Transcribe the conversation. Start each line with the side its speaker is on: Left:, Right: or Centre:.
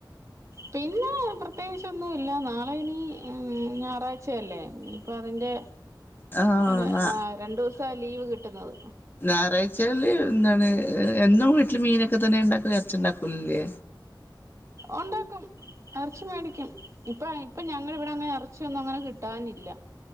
Right: പിന്നെ പ്രത്യേകിച്ച് ഒന്നും ഇല്ല നാ ള ഇനി ഞായറാഴ്ചയല്ലേ ഇപ്പൊ അതിന്റെ
Left: ആ
Right: ഒ
Left: ന്നാ
Right: രണ്ടു ദിവസ ലീവ് കിട്ടുന്നത്
Left: ഞായറാഴ്ചകളില് എന്താണ് എന്നും വീട്ടില് മീനൊക്കെ തന്നെ ഉണ്ടാക്കല് ഇറച്ചുണ്ടാക്കലല്ലേ
Right: ഉണ്ടാക്കും ഇറച്ചി മേടിക്കും ഇപ്പ ഇപ്പൊ ഞങ്ങ ഇവിടെ അങ്ങനെ ഇറച്ചിയൊന്നും അങ്ങനെ കിട്ടാനില്ല